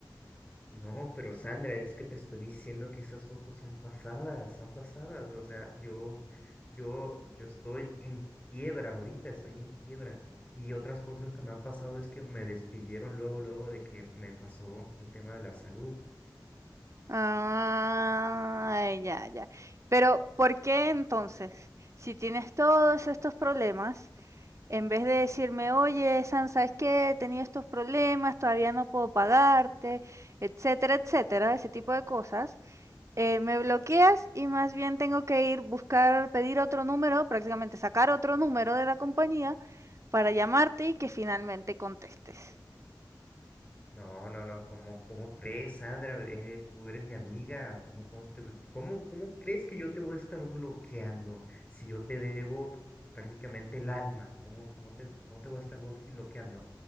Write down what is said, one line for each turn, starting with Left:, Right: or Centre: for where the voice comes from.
Left: no, pero Sandra, es que te estoy diciendo que esas fotos son pasadas, son pasadas. O sea, yo, yo, yo estoy en quiebra ahorita, estoy en quiebra. Y otras cosas que me han pasado es que me despidieron luego, luego de que me pasó el tema de la salud.
Right: Ah, ya, ya. Pero ¿por qué entonces, si tienes todos estos problemas, En vez de decirme, oye, San, ¿sabes qué? He tenido estos problemas, todavía no puedo pagarte, etcétera, etcétera, ese tipo de cosas, eh, me bloqueas y más bien tengo que ir buscar, pedir otro número, prácticamente sacar otro número de la compañía para llamarte y que finalmente contestes.
Left: No, no, no, ¿cómo, cómo crees, Sandra? Eres- tú eres mi amiga. ¿Cómo, cómo, te- cómo- cómo crees que yo te voy a estar bloqueando si yo te debo prácticamente el alma? ¿Cómo, cómo te, cómo te voy a estar bol- bloqueando?